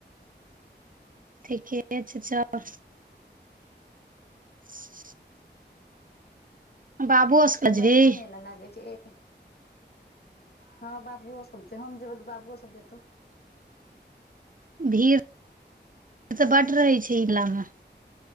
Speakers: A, on the right (about 50°); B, on the left (about 60°).
A: ठीके छै चल <inaudible> बाबुओ सबके बजबही
B: बढ़िया मेेला लागे छै हँ बाबुओ सब छै हम जेब तऽ बाबुओ सब जेतौ
A: भीड़ीड़ <inaudible> तऽ बड रहै छै इलामे